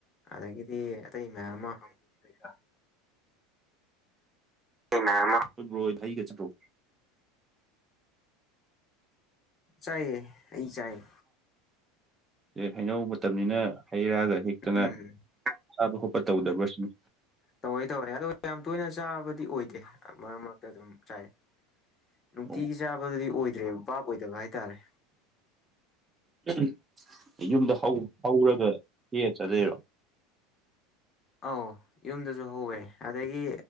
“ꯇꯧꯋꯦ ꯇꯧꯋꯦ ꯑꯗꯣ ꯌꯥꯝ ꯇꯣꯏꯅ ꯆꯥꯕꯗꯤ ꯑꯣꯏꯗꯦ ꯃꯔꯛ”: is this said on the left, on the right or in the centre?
Left